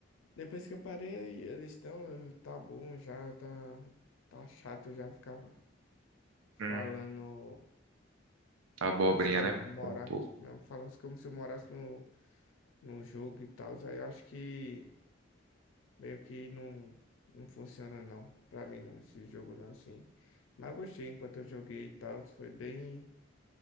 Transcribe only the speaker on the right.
Hum,
abobrinha,
né?
Com um pouco.